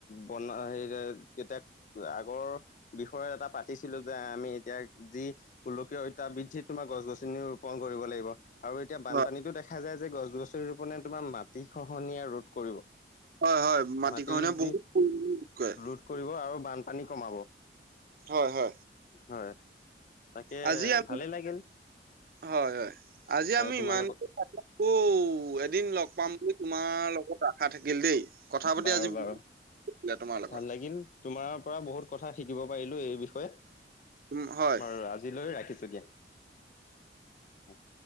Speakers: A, on the left (about 45°); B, on the right (about 55°).
A: বনা হেৰি এতিয়া আগৰ বিষয় এটা পাতিছিলো যে আমি এতিয়া যি গোলকীয় তাপ বৃদ্ধিত তোমাৰ গছ গছনি ৰোপন কৰিব লাগিব আৰু এতিয়া বানপানীতো
B: হয়
A: দেখা যায় যে যে গছ গছনি ৰোপনেে তোমাৰ মাটি খহনীয়া ৰোধ কৰিব।
B: হয় হয়
A: মাটি
B: খহনীয়া বহুত
A: যি
B: কৰে।
A: ৰোধ কৰিব আৰু বানপানী কমাব।
B: হয় হয়
A: হয় তাকে
B: আজি আমি
A: ভালেই লাগিল
B: হয় হয় আজি আমি
A: তোমালোকক
B: ইমানখিনি আকৌ এদিন লগ পাম বুলি তোমাৰ লগত আশা থাকিল। দেই কথা পাতি
A: বাৰু
B: আজি বহুত
A: বাৰু
B: ভাল লাগিলে তোমাৰ লগত
A: ভাল লাগিল তোমাৰ পৰা বহুত কথা শিকিব পাৰিলোঁ এই বিষয়ে।
B: উম হয়
A: বাৰু আজিলৈ ৰাখিছোঁ দিয়া। হয়